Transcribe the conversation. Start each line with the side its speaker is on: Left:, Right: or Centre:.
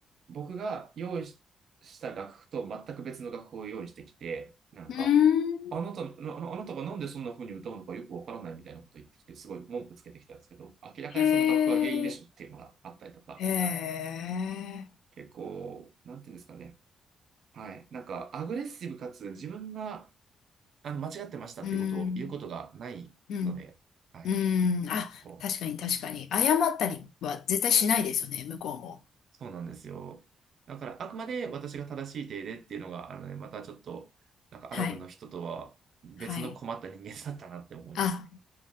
Right: 僕が用意しした楽譜と全く別の楽譜を用意してきて、なんか、
Left: うーん。
Right: あなた、なあのあなたがなんでそんな風に歌うのかよくわからないみたいなこと言ってきて、すごい文句つけてきたんですけど、明らかにその楽譜が原因でしょっていうのがあったりとか、
Left: へえ、へえ、
Right: 結構、なんていうんですかね。はい。なんか、アグレッシブかつ自分があの、間違ってましたっていうことを言うことがないので、
Left: うん、うん、
Right: はい。
Left: うん、あ、
Right: 結構、
Left: 確かに確かに。謝ったりは絶対しないですよね、向こうも。
Right: そうなんですよ。だから、あくまで私が正しい手でっていうのが、あのね、またちょっと、なんかアラブの人とは別の困った人間だったなって思いますね。
Left: はい、はい。あ、